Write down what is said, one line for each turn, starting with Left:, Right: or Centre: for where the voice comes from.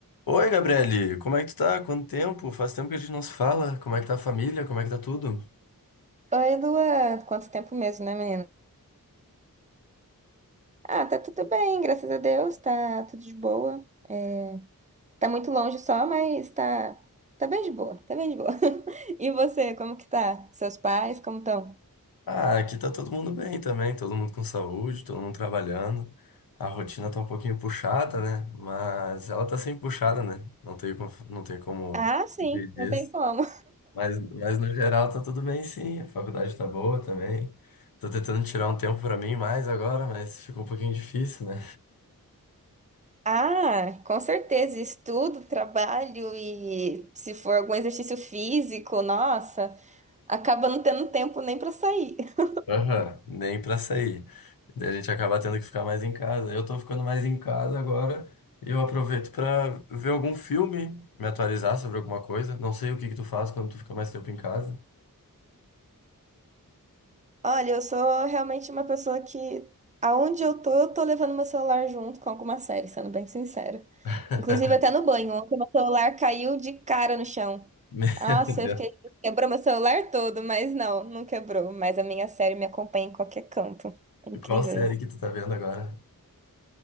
Left: Oi, Gabriele, como é que tu tá? Quanto tempo? Faz tempo que a gente não se fala. Como é que tá a família? Como é que tá tudo?
Right: Oi, Luan. Quanto tempo mesmo, né, menino? Ah, tá tudo bem, graças a Deus, tá tudo de boa. É, tá muito longe só, mas tá, tá bem de boa, tá bem de boa. <laughs> E você, como que tá? Seus pais, como estão?
Left: Ah, aqui tá todo mundo bem também, todo mundo com saúde, todo mundo trabalhando. A rotina tá um pouquinho puxada, né? Mas ela tá sempre puxada, né? Não tem como, não tem como
Right: Ah, sim,
Left: fugir disso.
Right: não tem como.
Left: Mas, mas no geral tá tudo bem sim, a faculdade tá boa também. Tô tentando tirar um tempo pra mim mais agora, mas ficou um pouquinho difícil, né?
Right: Ah, com certeza, estudo, trabalho e se for algum exercício físico, nossa, acaba não tendo tempo nem pra sair. <laughs>
Left: Aham, nem pra sair. Daí a gente acaba tendo que ficar mais em casa. Eu tô ficando mais em casa agora e eu aproveito pra ver algum filme, me atualizar sobre alguma coisa. Não sei o que que tu faz quando tu fica mais tempo em casa.
Right: Olha, eu sou realmente uma pessoa que, aonde eu tô, eu tô levando meu celular junto com alguma série, sendo bem sincera.
Left: <laughs>
Right: Inclusive, até no banho, ontem meu celular caiu de cara no chão.
Left: Meu
Right: Nossa,
Left: Deus.
Right: eu fiquei. Quebrou meu celular todo, mas não, não quebrou. Mas a minha série me acompanha em qualquer canto. É incrível
Left: Qual série
Right: isso.
Left: que tu tá vendo agora?